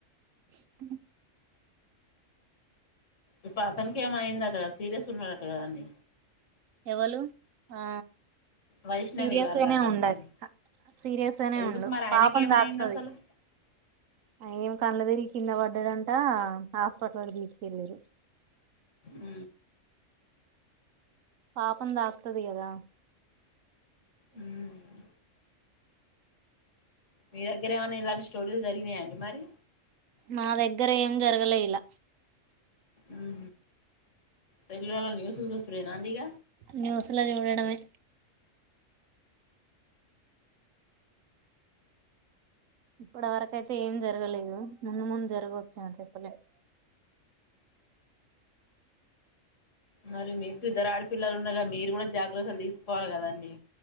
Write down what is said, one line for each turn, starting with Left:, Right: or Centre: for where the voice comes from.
Right: అ
Left: ఇప్పు అతనికి ఏమో అయిందట గ సీరియస్ ఉన్నాడట గదా అండి
Right: ఎవలు ఆ
Left: వైష్ణవి
Right: సీరియస్
Left: వాళ్ళ
Right: గనే
Left: హస్బెండ్
Right: ఉండది సీరియస్ గనే
Left: ఎందుకు
Right: ఉండు
Left: మరి ఆయనకి
Right: పాపం
Left: ఏమైంది
Right: తాక్తది
Left: అసలు
Right: అ ఏం కళ్ళదిరిగి కింద పడ్ డంటా హాస్పిటల్ తీసుకెళ్ళిరు
Left: ఉ
Right: పాపంతాక్తది గదా
Left: ఉమ్ మీ దగ్గరేమన్నా ఇలాంటి స్టోరీలు జరిగినాయండి మరి
Right: మా దగ్గర ఏం జరగలే ఇల
Left: ఉహు తెల్లర న్యూసులు చూసుడే నాండిగ
Right: న్యూస్ల జుడడమే ఇప్పడవరకైతే ఏం జరగలేదు ముందు ముందు జరగొచ్చెం చెప్పలేమ్
Left: మరి మీకిద్దరు ఆడపిల్లలు ఉన్నార్గా మీరు గుడా జాగ్రత్తలు తీస్కోవాలి కదండి